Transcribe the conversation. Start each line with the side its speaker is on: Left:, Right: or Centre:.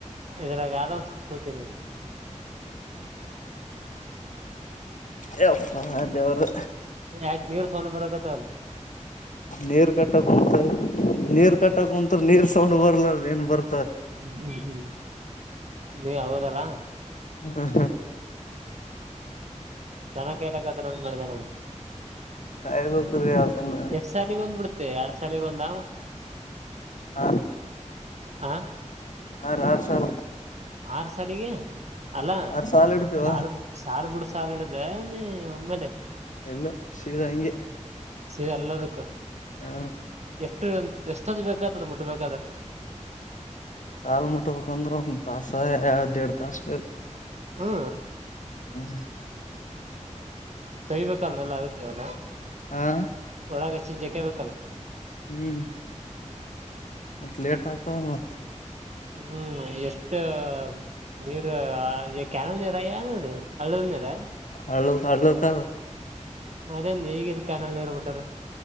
Right: ಇದ್ರಾಗ ಆದ ಒನ್ ಸಮಕೊತೀನಿ
Left: ಹ್ಮ್ಪ್ಪ ಅದೇವರು
Right: ಯಾಕೆ ನೀರ್ ಸೋೊಂಡ ಬರತ್ತಲ್ಲ
Left: ನೀರ್ ಕಟ್ಟಕ್ ಕುಂತ ನೀರ್ ಕಟ್ಟಕ್ ಕುಂತರ ನೀರ್ ಸೌೊಂಡ್ ಬರ್ಲಾರ ಏನ್ ಬರ್
Right: ಹೂ ನೀ ಹೌದಲಾ
Left: ಹಾ ಹಾ
Right: ದನ ಕಾಯಲಕ್ಕದ ನಂಗ್ ಮಾಡಿದೆ ನಾನು
Left: ಕಾಯ್ಬೇಕ್ರಿ ಅದನ್ನ
Right: ಎರಡ್ ಸಾಲಿಗೆ ಒಂದ್ಬಿಡ್ತೆ ಎರಡ್ ಸಾಲಿಗೆ ಒಂದ
Left: ಹ
Right: ಹ
Left: ಆ ಆರ್ಸಲು
Right: ಆರ್ ಸಾರಿಗೆ ಅಲ್ಲ
Left: ಆರ್ ಸಾಲ ಇಡ್ತೀವ
Right: ಸಾಲು ಸಾರ್ ಬಿಡ್ ಸಾಾಲ ಇಡದೆ ಒಮ್ಮೇಲೆ
Left: ಎಲ್ಲ ಶೀದಾ ಹಿಂಗೆ
Right: ಸರಿ ಎಲ್ಲದಕ್ಕ
Left: ಹಾ
Right: ಎಷ್ಟು ಎಷ್ಟದು ಬೇಕಾಗತದ ಮುಟ್ಟು ಬೇಕಾದೆ
Left: ಸಾಲು ಮುಟ್ಟಬೇಕ ಅಂದ್ರೆ ಒಂದು ತಾಸ ಎರ ದರಡು ತಾಸ ಬತ
Right: ಹಾ
Left: ಹೂ
Right: ತೈಬೇಕೇಕಲ್ನೆಲ್ಲ ಅದಕ್ಕ ಅದ
Left: ಹಾ
Right: ಒಳಗ್ ಹಚ್ಚಿ ಜಾಕೆ ಬೇಕಲ್ಲ
Left: ಹೂ ಮತ್ತ ಲೇಟ್ ಆತ ಮತ್ತ
Right: ಹೂ ಎಷ್ಟ ಇ ನೀರು ಕ್ಯಾನಲ್ ನೀರ ಯ ನೀ್ರ ಹಳ್ಳದ ನೀರ
Left: ಹಳು ಹಳಕ
Right: ಅದೇಂದ ಈಗೇನ್ ಕ್ಯಾನಲ್ ನೀರ್ ಬಿಟ್ಟಾರಲ್ಲ